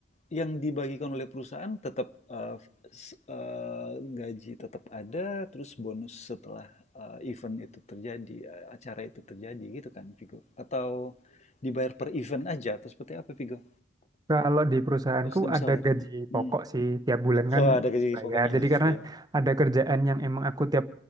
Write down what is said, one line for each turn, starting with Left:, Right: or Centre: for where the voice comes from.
Left: yang dibagikan oleh perusahaan tetap, eee, s eee, gaji tetap ada, terus bonus setelah, eee, event itu terjadi, eee, acara itu terjadi gitu kan, Vigo? Atau dibayar per event aja atau seperti apa, Vigo?
Right: Kalau di perusahaanku
Left: Sistem
Right: ada
Left: salarinya.
Right: gaji
Left: Mhm.
Right: pokok sih tiap bulan kan
Left: Oh, ada gaji
Right: bayar.
Left: pokoknya
Right: Jadi
Left: ya?
Right: karena
Left: Iya.
Right: ada kerjaan yang emang aku tiap